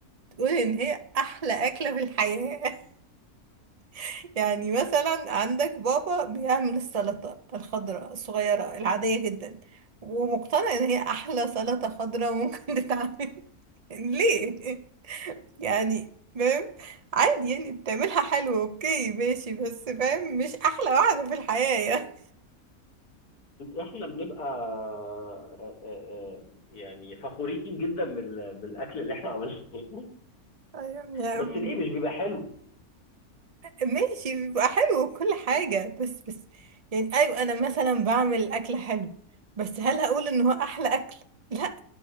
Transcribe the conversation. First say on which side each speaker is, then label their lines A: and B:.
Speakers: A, on the right; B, on the left.
A: تقول ان هي احلى اكله في الحياه <laughs> يعني مثلا عندك بابا بيعمل السلطه الخضراء الصغيره العاديه جدا ومقتنع ان هي احلى سلطه خضراء ممكن <laughs> تتعمل ليه يعني فاهم عادي يعني بتعملها حلو اوكي ماشي بس فاهم مش احلى واحدة في الحياة يعني
B: احنا بنبقى آه، آه، آه، يعني فخورين جدا بال- بالاكل اللي احنا عملناه <laughs>
A: أيوة، يعني
B: بس ليه مش بيبقى حلو
A: ماشي بيبقى حلو وكل حاجة بس بس يعني ايوه انا مثلا بعمل اكل حلو بس هل هقول ان هو احلى اكل لا